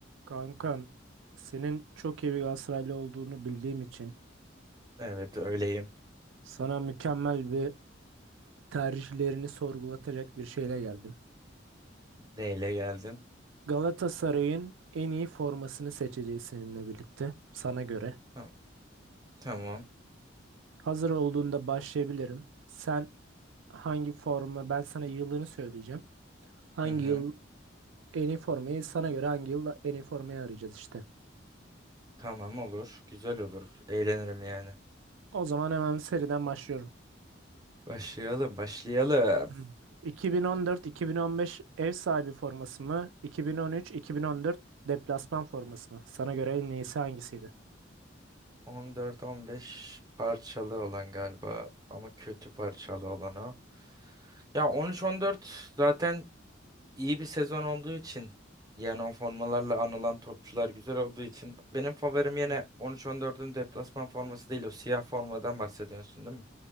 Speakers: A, on the right; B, on the right.
A: Kankam, senin çok iyi bir Galatasaraylı olduğunu bildiğim için
B: Evet öyleyim.
A: sana mükemmel bir tercihlerini sorgulatacak bir şeyle geldim.
B: D ile geldin.
A: Galatasaray'ın en iyi formasını seçeceğiz seninle birlikte sana göre.
B: Tamam. Tamam.
A: Hazır olduğunda başlayabilirim. Sen hangi forma ben sana yılını söyleyeceğim. Hangi
B: Hı hı.
A: yıl en iyi formayı sana göre hangi yıl en iyi formayı arayacağız işte.
B: Tamam olur. Güzel olur. Eğlenirim yani.
A: O zaman hemen seriden başlıyorum.
B: Başlayalım, başlayalım.
A: Hmm. 2014-2015 ev sahibi forması mı? 2013-2014 deplasman forması mı? Sana göre en iyisi hangisiydi?
B: 14-15 parçalı olan galiba ama kötü parçalı olan o. Ya 13-14 zaten iyi bir sezon olduğu için yani o formalarla anılan topçular güzel olduğu için benim favorim yine 13-14'ün deplasman forması değil o siyah formadan bahsediyorsun değil mi?